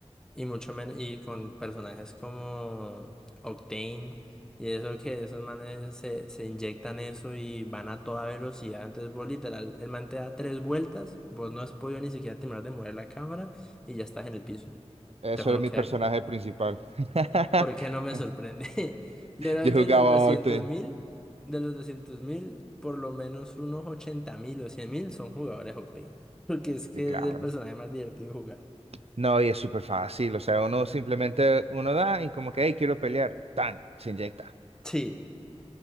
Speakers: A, in the centre; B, on the right.
A: Y mucho menos, y con personajes como Octane y eso que esos manes se, se inyectan eso y van a toda velocidad. Entonces vos literal, el man te da tres vueltas, vos no has podido ni siquiera terminar de mover la cámara y ya estás en el piso.
B: eso
A: Entonces
B: era
A: uno
B: mi
A: queda,
B: personaje principal. <laughs>
A: ¿por qué no me sorprende? <laughs> Yo creo
B: Yo
A: que
B: jugaba
A: los doscientos
B: Octane.
A: mil, de los doscientos mil, por lo menos unos ochenta mil o cien mil son jugadores Octane. Porque es que
B: Y claro.
A: es el personaje más divertido de jugar.
B: No, y es súper fácil. O sea, uno simplemente, uno da y como que, hey, quiero pelear. Tan, se inyecta.
A: Sí.